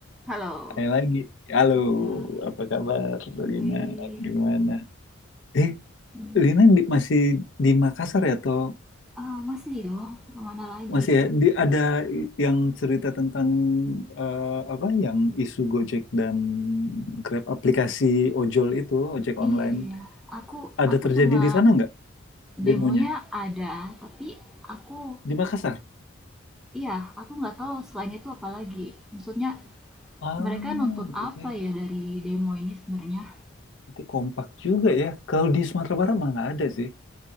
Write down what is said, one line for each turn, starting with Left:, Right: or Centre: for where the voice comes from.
Centre: Halo.
Left: Hai lagi. Halo,
Centre: Iya,
Left: apa kabar Lina?
Centre: baik.
Left: Gimana? Eh,
Centre: Hmm.
Left: Lina di- masih di Makassar ya atau
Centre: Ah, masih dong. Kemana lagi?
Left: masih ya? Di, ada i- yang cerita tentang eh, apa yang isu Gojek dan Grab aplikasi ojol itu, ojek online.
Centre: Iya, iya. Aku
Left: Ada
Centre: aku
Left: terjadi
Centre: cuma
Left: di sana nggak
Centre: demonya
Left: demonya?
Centre: ada, tapi aku
Left: Di Makassar?
Centre: iya, aku nggak tahu selain itu apa lagi. Maksudnya
Left: Ah,
Centre: mereka nuntut
Left: berarti,
Centre: apa ya dari demo ini sebenarnya?
Left: berarti kompak juga ya. Kalau di Sumatera Barat mah nggak ada sih.